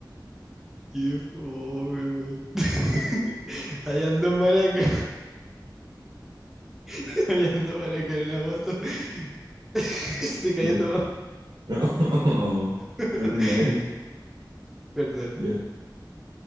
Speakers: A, in the centre; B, on the right.
A: qué fome, weón. <laughs>
B: <laughs>
A: Allá andó maraca. <laughs> Allá andó maraca <laughs> en una moto. <laughs> Se cayó
B: Ya,
A: todo.
B: no, <laughs>
A: <laughs>
B: qué ordinario.
A: Perdón.
B: Ya,